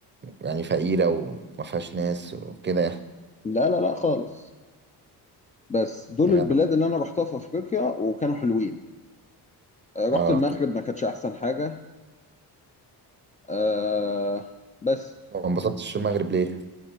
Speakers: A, on the right; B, on the left.
A: يعني فقيرة وما فيهاش ناس وكده يعني
B: لا لا لا خالص بس دول
A: يعني-
B: البلاد اللي انا رحتها في افريقيا وكانوا حلوين آه، رحت
A: اه
B: المغرب ما كانتش احسن حاجه آه بس
A: ما انبسطتش في المغرب ليه